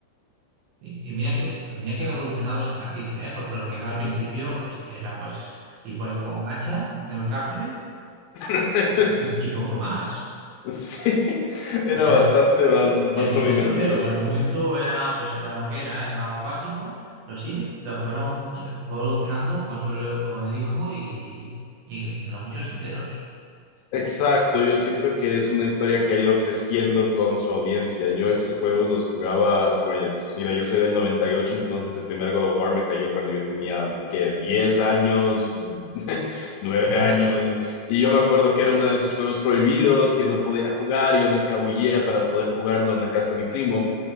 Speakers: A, on the right; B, on the left.
A: Y, y mira que, mira que ha evolucionado esa franquicia, ¿eh? Porque lo que era al principio, pues que era pues ir por ahí con hacha, haciendo el cafre
B: <laughs>
A: y, y poco más.
B: Sí, era
A: O sea,
B: bastante más, más
A: Sentimiento
B: rudimentario,
A: cero, el argumento
B: ¿no?
A: era pues era lo que era, era algo básico, pero sí, lo fueron fue evolucionando con, su- con el hijo y, y, y ganó muchos enteros.
B: Exacto, yo siento que es una historia que ha ido creciendo con su audiencia. Yo esos juegos los jugaba, pues, mira, yo soy del 98, entonces el primer God of War me cayó cuando yo tenía, que 10 años, <laughs> nueve
A: Mm.
B: años, y yo me acuerdo que era uno de esos juegos prohibidos que no podía jugar, yo me escabullía para poder jugarlo en la casa de mi primo,